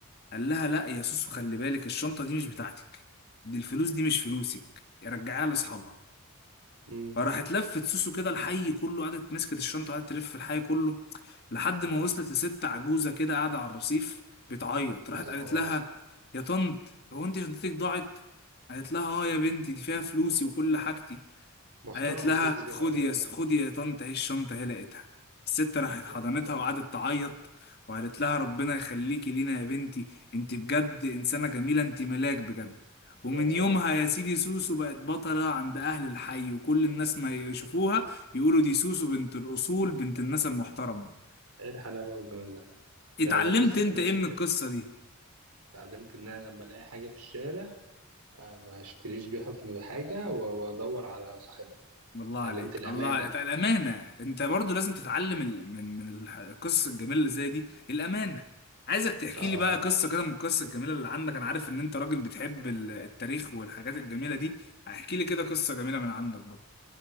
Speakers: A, on the left (about 45°); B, on the right (about 85°).
A: قال لها لا يا سوسو خلي بالك الشنطه دي مش بتاعتك دي الفلوس دي مش فلوسك رجعيها لاصحابها
B: مم.
A: فراحت لفت سوسو كده الحي كله قعدت مسكت الشنطة وقعدت تلف في الحي كله لحد ما وصلت لست عجوزة كده قاعدة على الرصيف بتعيط راحت
B: اه
A: قالت لها يا طنط هو انت شنطتك ضاعت قالت لها اه يا بنتي دي فيها فلوسي وكل حاجتي
B: محترمه
A: قالت لها
B: سوسو دي
A: خدي
B: خلي بالك
A: يا خدي يا طنط اهي الشنطة هي لقيتها الست راحت
B: يا
A: حضنتها
B: سلام
A: وقعدت تعيط وقالت لها ربنا يخليكي لينا يا بنتي انت بجد انسانة جميلة انت
B: مم.
A: ملاك بجد ومن
B: يا سلام
A: يومها يا سيدي سوسو بقت بطلة عند أهل الحي وكل الناس ما يشوفوها يقولوا دي سوسو بنت الأصول بنت الناس المحترمة
B: ايه الحلاوه والجمال ده
A: اتعلمت
B: ده ده قصه
A: انت
B: جميله
A: ايه
B: جدا
A: من القصة دي
B: اتعلمت ان انا لما الاقي حاجه في الشارع اه، ما اشتريش بيها <laughs> في حاجه و- وادور على صاحبها
A: الله
B: اتعلمت
A: عليك
B: الامانه
A: الله عليك. الامانه انت برضو لازم تتعلم ال- من من الح- القصص الجميله اللي زي دي الامانه عايزك تحكي
B: اه
A: لي بقى قصه كده من القصص الجميله اللي عندك انا عارف ان انت راجل بتحب ال- التاريخ والحاجات الجميله دي احكي لي كده قصه جميله من عندك برضو